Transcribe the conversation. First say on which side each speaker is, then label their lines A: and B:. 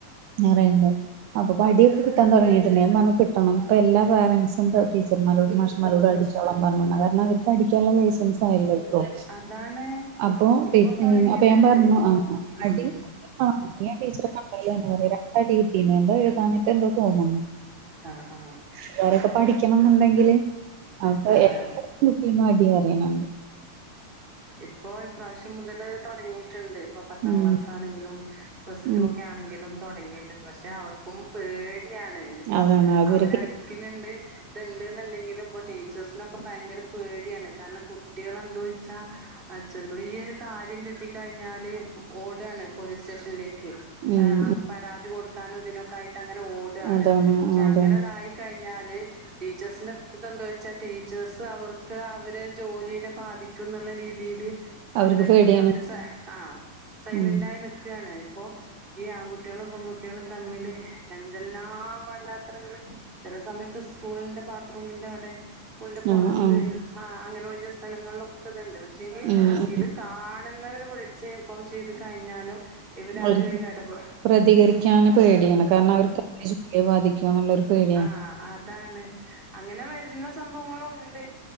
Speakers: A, on the right; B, on the right.
A: ന്നറയ്ണ്ട് അപ്പൊപ്പടിയൊക്കെ കിട്ടാൻ തൊടങ്ങിട്ട്ണ്ട് ഞാൻ പർഞ്ഞു കിട്ടണം പ്പൊ എല്ലാ പാരന്റ്സും ടീച്ചർമാരോടും മാഷ്മാരോടും അടിച്ച് ച്ചോളാ പർഞ്ഞു കാരണം അവർക്ക് അടിക്കാന്ള്ള ലൈസൻസ് യല്ലോ ക്കും
B: അതാണ്
A: അപ്പൊ
B: ഇപ്പൊ
A: പി
B: തുടങ്ങിയിട്ടുണ്ട്
A: അപ്പൊ ഞാൻ പർഞ്ഞു
B: ഇപ്പൊ
A: ആ അടി
B: ഉം
A: അന്ന് ഞാൻ ടീച്ചറെ കണ്ടീലർഞ്ഞു ന്നോട് രണ്ടടി കിട്ടീ എന്തോ എഴുതാഞ്ഞിട്ടെന്തോ തോന്നുന്നു
B: ആ ആ
A: ള്ളാരൊക്കെ പഠിക്കണംന്ന്ണ്ടെങ്കില് അപ്പൊ
B: അതാണ്
A: <unintelligible> അടി റ്യ്ണ് ണ്ട്
B: ഇപ്പോ ഇപ്രാശ്യം മുതല് തൊടങ്ങിട്ട്ണ്ട് ഇപ്പ പത്താം
A: ഉം
B: ക്ലാസ്സാണെങ്കിലും പ്ലസ്
A: ഉം
B: ടു ഒക്കെ ആണെങ്കിലും തൊടങ്ങി റ്റ്ണ്ട് പക്ഷെ അവർക്കും പേടിയാണ് ന്ന്പ്പോ
A: അതാണ് അവര്
B: അവരടി ക്ക്ണ് ണ്ട് ഇത്ണ്ട് ന്ന്ണ്ടെങ്കിലും ഇപ്പോ ടീച്ചേഴ്സിനൊക്കെ ഭയങ്കര പേടിയാണ് കാരണം കു ട്ട്യാളെന്തോയ്ച്ചാ ആ ചെറിയൊരു കാര്യം കിട്ടി കഴിഞ്ഞാല് ഓടാണ് പോലീസ് സ്റ്റേഷനിലേക്ക്
A: ഉം
B: ആ അങ്ങ്
A: ഉം
B: പരാതി കൊടുക്കാനും ഇതിനൊക്കായിട്ട് അങ്ങനെ ഓടാണ്
A: അതാണ്
B: പക്ഷെ
A: അതാണ്
B: അങ്ങനെതായി ക്കയ്ഞ്ഞാല് ടീച്ചേഴ്സിന്റെ തെന്തോയ്ച്ചാ ടീച്ചേഴ്സ് അവർക്ക് അവരെ ജോലീനെ ബാധിക്കുന്നുള്ളെത് രീതീല്
A: അവർക്ക്
B: അവരെന്തെയ്യ
A: പേടിയാണ്
B: അവര് സെ ആ സൈലന്റായി
A: ഉം
B: നിക്കാണ് ഇപ്പൊ ഈ ആൺകുട്ട്യാളും പെൺകുട്ട്യാളും തമ്മില് എന്തെല്ലാ വാണ്ടാത്തരങ്ങള് ചെല സമയത്ത് സ്കൂളിന്റെ ബാത്റൂമിന്റവടെ സ്കൂളിന്റെ പൊർത്ത്
A: ആഹ് ആഹ്
B: ആ അങ്ങനെ ഒയ്ഞ്ഞ സ്ഥലങ്ങളിലൊക്കെത്ണ്ട് പക്ഷെങ്കി
A: ഉം ഉം
B: ഇത് കാണുന്നവര് വിൾച്ച് ഫോം ചെയ്ത് കയ്ഞ്ഞാലും ഇവരാരും
A: അവർക്ക്
B: അയ്ല് എടപെ
A: പ്രതികരിക്കാന് പേടിയാണ് കാരണം അവർക്ക് <unintelligible> ബാധിക്കോന്നുള്ളൊരു പേടിയാണ്
B: ആ അതാണ് അങ്ങനെ വര്ന്ന സംഭവങ്ങളുണ്ട്